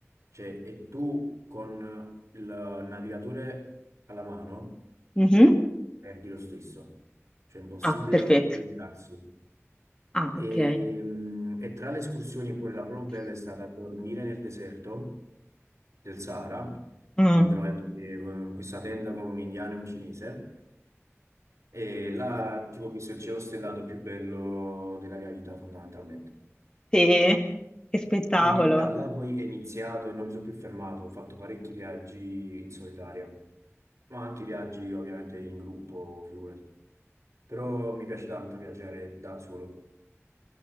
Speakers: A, on the right; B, on the left.
A: cioè, e tu con il navigatore alla mano
B: Mhm.
A: perdi lo stesso, cioè è impossibile
B: Ah, perfetto.
A: orientarsi.
B: Ah, ok.
A: E, mh, e tra le escursioni, pure la proprio bella è stata dormire nel deserto del Sahara
B: Mm,
A: e mi trovai a dormire con- in questa tenda con un indiano e un cinese e là tipo ho visto il cielo stellato più bello della mia vita fondamentalmente.
B: Sì, che spettacolo.
A: Quindi da là poi è iniziato e non mi sono più fermato, ho fatto parecchi viaggi in solitaria, ma anche viaggi ovviamente in gruppo, figurati. Però mi piace tanto viaggiare da solo,